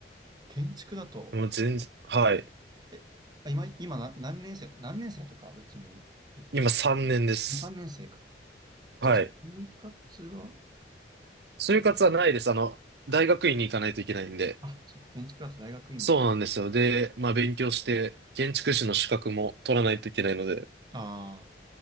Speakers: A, on the right; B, on the right.
A: 建築だと、
B: もう全然、はい。
A: え、あ今、今な何年生、何年生とかは別にいいか。
B: 今3年です。
A: 3年生か。
B: はい。
A: じゃあ、就活は、
B: 就活はないです。
A: 今、
B: あの、大学院に行かないといけないんで。
A: あ、そっか、建築だと大学院に。
B: そうなんですよ。で、まあ勉強して、建築士の資格も取らないといけないので、っ
A: ああ、